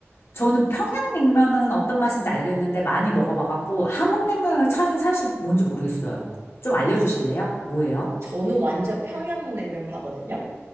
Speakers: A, on the left; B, on the right.
A: 저는 평양냉면은 어떤 맛인지 알겠는데 많이 먹어봐갖고 함흥냉면의 차이는 사실 뭔지 모르겠어요. 좀 알려주실래요? 뭐예요?
B: 저는 완전 평양냉면 파거든요.